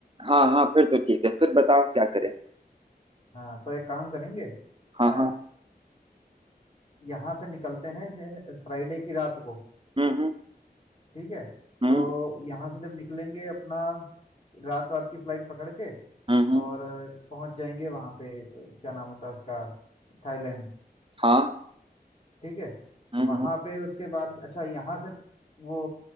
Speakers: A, on the right (about 30°); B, on the left (about 40°).
A: हाँ हाँ फिर तो ठीक है फिर बताओ क्या करें
B: हाँ तो एक काम करेंगे
A: हाँ
B: अ,
A: हाँ
B: यहाँ से निकलते हैं फ्राइडे की रात को
A: हम्म हम्म
B: ठीक है
A: हम्म
B: तो यहाँ से जब निकलेंगे अपना रात रात की फ्लाइट पकड़ के
A: हम्म हम्म,
B: और अ, पहुंच जाएंगे वहाँ पे अ, क्या नाम होता है उसका थाईलैंड
A: हाँ
B: ठीक है
A: हम्म
B: वहाँ
A: हम्म
B: पे उसके बाद अच्छा यहाँ से वो